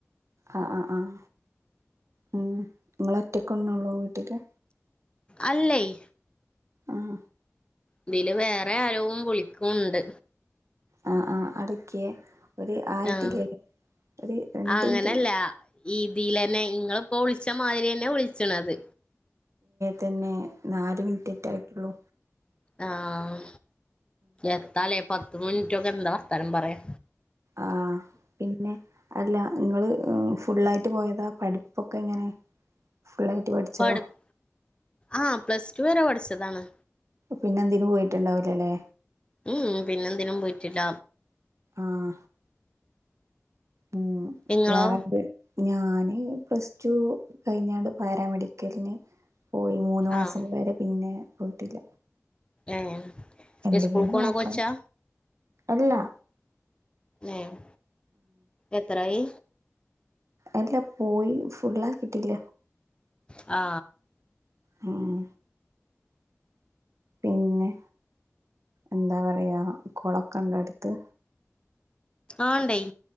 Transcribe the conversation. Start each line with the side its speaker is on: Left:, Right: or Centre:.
Right: ആഹ ആഹ ആഹ ഉം ഇങ്ങള് ഒറ്റക്കന്നള്ളു വീട്ടില്
Left: അല്ലയ്
Right: ആഹ
Left: ഇതില് വേറെ ആരവും വിളിക്കുംണ്ട്
Right: ആഹ ആഹ് അടക്കെ ഒരു ആയിട്ടില്ലല്ല
Left: ആഹ്
Right: ഒരു രണ്ടിൻറ്റ്
Left: അങ്ങനല്ല ഇതിലന്നെ ഇങ്ങള് ഇപ്പോ വിളിച്ച മാതിരി അന്നെ വിളിച്ചണത്
Right: തന്നെ നാല് മിനിറ്റ്റ്റ ആയിട്ടുള്ളു
Left: ആഹ എത്താലേ പത്ത് മിനിറ്റൊക്കെ എന്താ വർത്താനം പറയാ
Right: ആഹ പിന്നെ അല്ല നിങ്ങള് ഫുള്ളായിട്ട് പോയതാ പഠിപ്പൊക്കെ എങ്ങനെ ഫുള്ളായിട്ട് പഠിച്ചതോ
Left: പഠിപ്പ് ആഹ പ്ലസ് ടു വരെ പഠിച്ചതാണ്
Right: പിന്നെ എന്തിനു പോയിട്ടുണ്ടാവില്ലലെ
Left: മ്മ് പിന്നെ എന്തിനും പോയിട്ടില്ല
Right: ആഹ മ്മ്
Left: ഇങ്ങളോ
Right: വേറെന്ത് ഞാന് പ്ലസ് ടു കഴിഞ്ഞാണ്ട് പാരാമെഡിക്കലിന് പോയി മൂന്ന് മാസം
Left: ആഹ്
Right: വരെ പിന്നെ പോയിട്ടില്ല
Left: ഏഹ്
Right: എന്തെങ്കിലും
Left: ഇസ്കൂൾക്ക് പോണ
Right: നോക്കണം
Left: കൊച്ചാ
Right: അല്ലാ
Left: ഏഹ് എത്രായി
Right: അല്ല പോയി ഫുള്ളാക്കിട്ടില്ല
Left: ആ
Right: മ്മ് പിന്നെ എന്താ പറയാ കുളം ഒക്കെ ഉണ്ടോ അടുത്ത്
Left: ആ ഉണ്ടായി